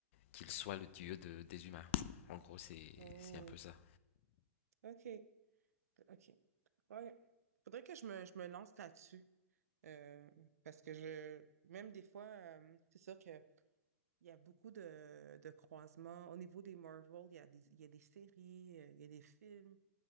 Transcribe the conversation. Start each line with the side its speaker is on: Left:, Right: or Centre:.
Left: qu'il soit le dieu de, des humains. En gros, c'est
Right: Oh,
Left: c'est un peu ça.
Right: OK. OK. Ouais. Faudrait que je me, je me lance là-dessus. euh, parce que je, même des fois, euh, c'est sûr que il y a beaucoup de, de croisements. Au niveau des Marvel, il y a des, il y a des séries, euh, il y a des films.